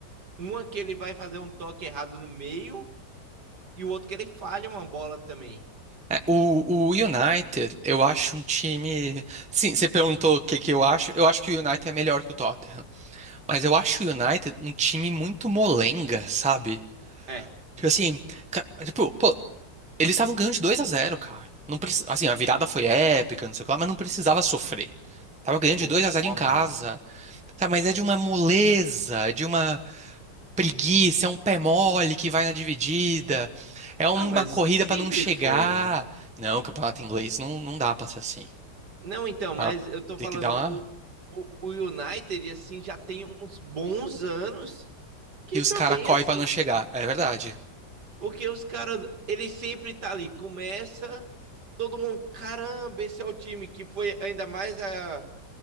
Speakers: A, on the right; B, in the centre.
A: Uma que ele vai fazer um toque errado no meio e o outro que ele falha uma bola também.
B: é, o, o United, eu acho um time. Sim, você perguntou o que que eu acho. Eu acho que o United é melhor que o Tottenham. Mas eu acho o United um time muito molenga, sabe?
A: É,
B: Tipo assim, ca- tipo, pô, eles estavam ganhando de 2 a zero cara. Não preci- Assim, a virada foi épica, não sei o que lá, mas não precisava sofrer. Tava ganhando
A: concordo.
B: de 2 a zero em casa. Tá, mas é de uma moleza, é de uma. preguiça, é um pé mole que vai na dividida, é uma
A: Ah, mas
B: corrida
A: sempre
B: pra não chegar.
A: foi, né?
B: Não, o campeonato inglês não, não dá pra ser assim.
A: Não, então, mas
B: Ela
A: eu tô
B: Tem
A: falando,
B: que dar uma.
A: o, o, o United, assim, já tem uns bons anos que
B: E
A: só
B: os caras
A: vem,
B: correm
A: assim,
B: pra não chegar. É verdade.
A: Porque os caras, ele sempre tá ali, começa, todo mundo, caramba, esse é o time que foi ainda mais a